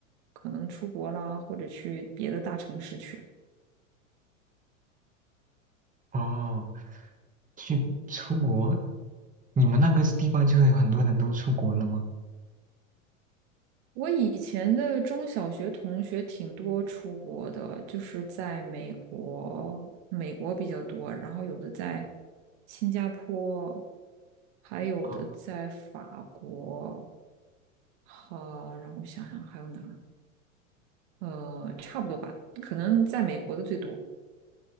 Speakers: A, on the right (about 55°); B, on the right (about 20°).
A: 可能出国啦，或者去别的大城市去了。
B: 哦，去出国，你们那个地方就是有很多人都出国了吗？
A: 我以前的中小学同学挺多出国的，就是在美国，美国比较多，然后有的在新加坡，还有的在法国。
B: 啊。
A: 好，然后我想想还有哪儿？呃，差不多吧，可能在美国的最多。